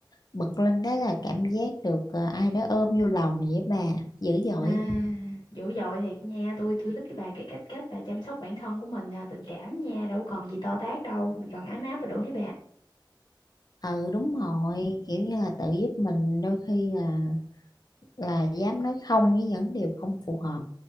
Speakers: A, on the left (about 55°); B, on the left (about 70°).
A: bật lên cái là cảm giác được ờ, ai đó ôm vô lòng vậy bà dữ dội
B: À,
A: không?
B: dữ dội thiệt nha, tôi tôi thích cái bà cái cách cách bà chăm sóc bản thân của mình à, tình cảm nha, đâu còn gì to tát đâu, mình còn ấm áp là đủ hết
A: Ừ đúng rồi
B: bà.
A: kiểu như là tự giúp mình đôi khi là là dám nói không với những điều không phù hợp.